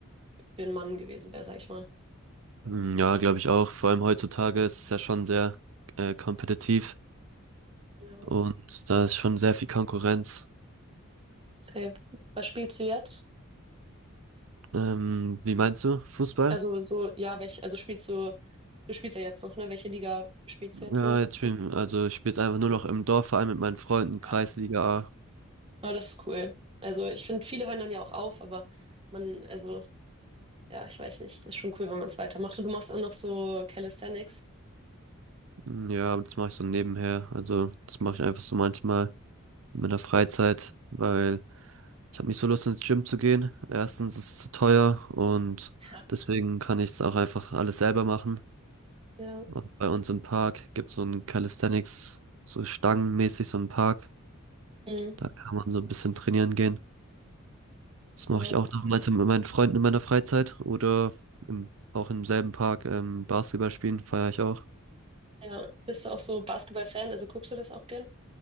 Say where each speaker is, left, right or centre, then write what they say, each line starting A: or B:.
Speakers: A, on the right (about 25°); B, on the right (about 70°).
A: für einen Mann gewesen wäre, sag ich mal.
B: Mm, Ja, glaube ich auch. Vor allem heutzutage ist es ja schon sehr äh, kompetitiv
A: Ja,
B: und da ist schon sehr viel Konkurrenz.
A: safe. Was spielst du jetzt?
B: Ähm, wie meinst du? Fußball?
A: Also so, ja, welche, also spielst du, du spielst ja jetzt noch, ne? Welche Liga spielst
B: Ja,
A: du jetzt so?
B: jetzt spielen, also ich spiele jetzt einfach nur noch im Dorfverein mit meinen Freunden,
A: Ja.
B: Kreisliga A.
A: Aber das ist cool. Also ich finde, viele hören dann ja auch auf, aber man, also, ja, ich weiß nicht. Ist schon cool, wenn man es weitermacht. Und du machst auch noch so Calisthenics.
B: Mm, Ja, aber das mache ich so nebenher. Also das mache ich einfach so manchmal in meiner Freizeit, weil ich habe nicht so Lust ins Gym zu gehen. Erstens ist es zu teuer und
A: Ja.
B: deswegen kann ich es auch einfach alles selber machen.
A: Ja.
B: Und bei uns im Park gibt es so ein Calisthenics, so stangenmäßig so einen Park.
A: Mhm.
B: Da kann man so ein bisschen trainieren gehen. Das
A: Ja.
B: mache ich auch damals mit meinen Freunden in meiner Freizeit oder im, auch im selben Park ähm, Basketball spielen, feiere ich auch.
A: Ja. Bist du auch so Basketball-Fan? Also guckst du das auch gern?